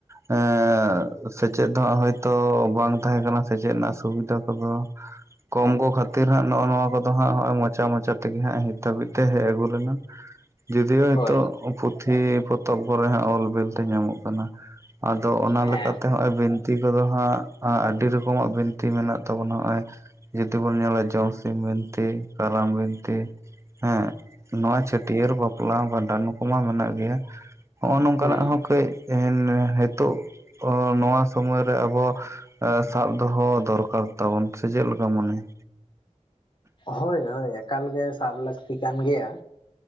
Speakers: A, on the right (about 20°); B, on the left (about 40°).
A: ᱦᱮᱸᱻ ᱥᱮᱪᱮᱫ ᱫᱚ ᱦᱟᱸᱜ ᱦᱳᱭᱛᱚ ᱵᱟᱝ ᱛᱟᱦᱮᱸ ᱠᱟᱱᱟ, ᱥᱮᱪᱮᱫ ᱨᱮᱱᱟᱜ ᱥᱩᱵᱤᱫᱷᱟ ᱠᱚᱫᱚ। <inaudible> ᱠᱚᱢ ᱠᱚ ᱠᱷᱟᱹᱛᱤᱨ ᱦᱟᱸᱜ ᱱᱚᱜᱼᱚ ᱱᱚᱣᱟ ᱠᱚᱫᱚ ᱦᱟᱸᱜ ᱦᱚᱸᱜᱼᱚᱭ ᱢᱚᱪᱟ ᱢᱚᱟ ᱛᱮᱜᱮ ᱦᱟᱸᱜ ᱱᱤᱛ ᱦᱟᱹᱵᱤᱡ ᱛᱮ ᱦᱮᱡ ᱟᱹᱜᱩ ᱞᱮᱱᱟ। ᱡᱩᱫᱤ ᱦᱚᱭᱛᱚ
B: ᱦᱳᱭ
A: ᱱᱤᱛᱳᱜ ᱯᱩᱛᱷᱤ ᱯᱚᱛᱚᱵᱽ ᱠᱚᱨᱮ ᱦᱟᱸᱜ ᱚᱞ ᱵᱤᱞ ᱛᱮ ᱧᱟᱢᱚᱜ ᱠᱟᱱᱟ। ᱟᱫᱚ ᱚᱱᱟ
B: ᱦᱮᱸ
A: ᱞᱮᱠᱟᱛᱮ ᱦᱚᱸᱜᱼᱚᱭ ᱵᱤᱱᱛᱤ ᱠᱚᱫᱚ ᱦᱟᱸᱜ ᱟᱹᱰᱤ ᱨᱚᱠᱚᱢᱟᱜ ᱵᱤᱱᱛᱤ ᱢᱮᱱᱟᱜ ᱼᱼ ᱛᱟᱵᱚᱱᱟ। ᱱᱚᱜᱼᱚᱭ ᱡᱩᱫᱤ ᱵᱚᱱ ᱧᱮᱞᱟ ᱡᱚᱢᱥᱤᱢ ᱵᱤᱱᱛᱤ, ᱠᱟᱨᱟᱢ ᱵᱤᱱᱛᱤ। ᱦᱮᱸ ᱱᱚᱣᱟ ᱪᱷᱟᱹᱴᱭᱟᱹᱨ, ᱵᱟᱯᱞᱟ, ᱵᱷᱟᱸᱰᱟᱱ ᱱᱩᱠᱩ ᱢᱟ ᱢᱮᱱᱟᱜ ᱜᱮᱭᱟ। ᱦᱚᱸᱜᱼᱚ ᱱᱚᱝᱠᱟᱱᱟᱜ
B: ᱦᱩᱸ
A: ᱦᱚᱸ ᱠᱟᱹᱡ ᱮ ᱱᱤᱛᱚᱜ ᱱᱚᱣᱟ ᱥᱚᱢᱚᱭ ᱨᱮ ᱟᱵᱚ ᱼᱼ ᱮ ᱥᱟᱵ ᱫᱚᱦᱚ ᱫᱚᱨᱠᱟᱨ ᱛᱟᱵᱚᱱ। ᱥᱮ ᱪᱮᱫ ᱞᱮᱠᱟᱢ ᱢᱚᱱᱮᱭᱟ?
B: ᱦᱳᱭ ᱦᱳᱭ ᱮᱠᱟᱞ ᱜᱮ ᱥᱟᱵ ᱞᱟᱹᱠᱛᱤ ᱠᱟᱱ ᱜᱮᱭᱟ